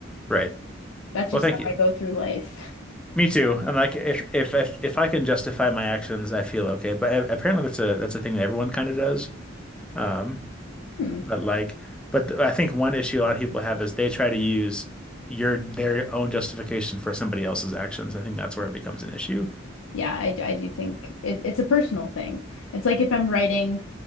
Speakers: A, in the centre; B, on the left (about 80°).
A: right.
B: That's just
A: Well, thank
B: how
A: you.
B: I go through life. <laughs>
A: Me too. I'm like, if if if if I can justify my actions, I feel okay. But a- apparently, that's a that's a thing that everyone kind of does. Um,
B: Hmm.
A: but like, but th- I think one issue a lot of people have is they try to use your their own justification for somebody else's actions. I think that's where it becomes an issue.
B: Yeah, I, I do think it, it's a personal thing. It's like if I'm writing,